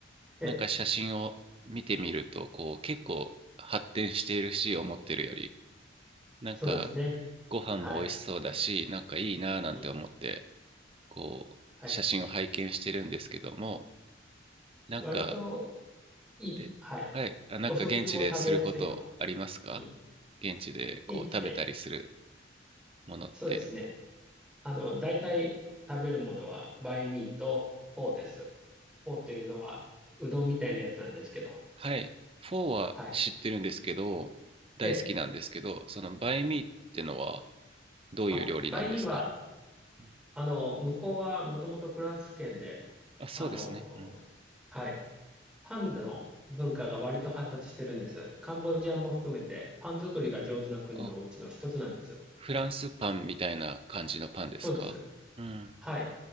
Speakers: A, in the centre; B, on the right.
A: え、
B: なんか写真を見てみるとこう結構発展しているし思ってるよりなんか
A: そうですね。
B: ご飯も美味しそうだしなんかいいなぁなんて思って
A: はい。うん。
B: こう写真を拝見してるんですけども
A: はい。
B: なんか
A: 割といい。
B: えはいあなんか現地ですることありますか
A: はい。お食事も食べやすいと。うん。
B: 現地でこう食べたりする
A: 現地で。
B: ものって
A: そうですね。あの、大体食べるものは、バイミーとフォーです。フォーというのは、うどんみたいなやつなんですけど。
B: はいフォーは知ってるんですけど大好きなんですけどそのバインミーってのは
A: はい。で、
B: どういう料理なんですか、
A: あ、バイミーは、
B: うん
A: あの、向こうはもともとフランス圏で、
B: あそうですね、
A: あの、
B: うん、
A: はい。パンの文化が割と発達してるんです。カンボジアも含めてパン作りが上手な国のうちの一つなんです。
B: あフランスパンみたいな感じのパンですかうん
A: そうです。はい。